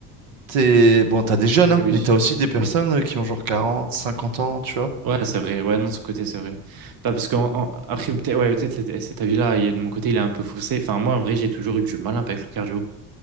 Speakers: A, on the right; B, on the right.
A: t'es... Bon, t'as des jeunes,
B: oui,
A: hein,
B: oui,
A: mais t'as aussi des personnes
B: oui.
A: euh, qui ont genre 40, 50 ans, tu vois.
B: Ouais, c'est vrai. Ouais, non, ce côté, c'est vrai. Bah, parce que, après, peut-être, ouais, peut-être cet, cet avis-là, il est- de mon côté, il est un peu faussé. Enfin, moi, en vrai, j'ai toujours eu du mal avec le cardio.